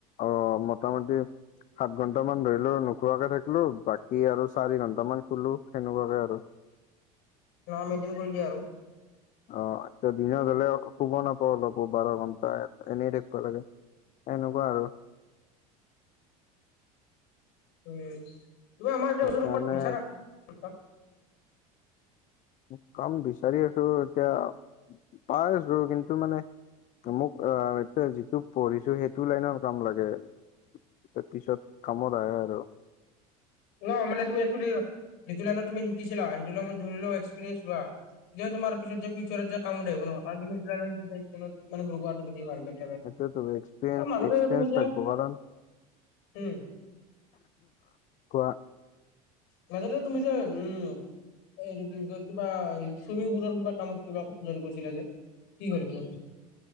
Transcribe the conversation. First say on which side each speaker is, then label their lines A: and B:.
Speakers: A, on the left (about 45°); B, on the left (about 70°).
A: অ', মোটামুটি সাত ঘন্টামান ধৰিলোঁ নোখোৱাকে থাকিলো বাকী আৰু চাৰি ঘন্ টা মান শুলো সেনেকুৱাকে আৰু।
B: নহ মেইনটেইন কৰি দিয়া আৰু।
A: অ', আতা দিনত হ'লেও শুব নাপাওঁ অলপো বাৰ ঘন্টা এনেই থাকপা লাগে এনেকুৱা আৰু।
B: উম, তুমি আমাৰ এতিয়া
A: সেইকাৰণে
B: ওচৰত কবাত বিচাৰা <unintelligible>
A: মোক কাম বিচাৰি আছোঁ এতিয়া পাই আছোঁ কিন্তু মানে মোক অহ, এতিয়া যিটো পঢ়িছো সেই টো লাইনৰ কাম লাগে ত পিছত কামত আহে আৰু।
B: অ', মানে তুমি এক্সুলি সেইটো লাইনত তুমি শিকিছিলা সেইটো লাইনত ধৰিও এক্সপিৰিয়েঞ্চ লোৱা। তেতিয়া তোমাৰ পিছত যে ফিউচাৰত যে আহিব ন' কাৰণ তুমি <unintelligible>
A: সেইটোৱেইটো এক্সপেন্স
B: অ মাজতে
A: এক্সপিৰেন্স
B: যে তুমি যে
A: থাকব কাৰণ
B: উম
A: কোৱা।
B: মাজতে তুমি যে, উম এইটো কি বুলি কয় কিবা চুইমিং পুলৰ কিবা কামত কিবা জইন কৰিছিলা যে কি হ'ল সেইটো?